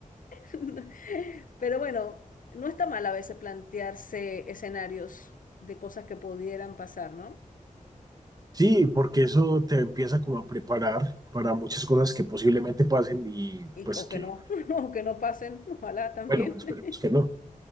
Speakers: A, on the left; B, on the right.
A: <laughs> pero bueno, no está mal a veces plantearse escenarios de cosas que pudieran pasar, ¿no?
B: Sí, porque eso te empieza como a preparar para muchas cosas que posiblemente pasen y
A: Y,
B: pues
A: o
B: que,
A: que no, <laughs> o que no pasen, ojalá también.
B: bueno, esperemos
A: <laughs>
B: que no.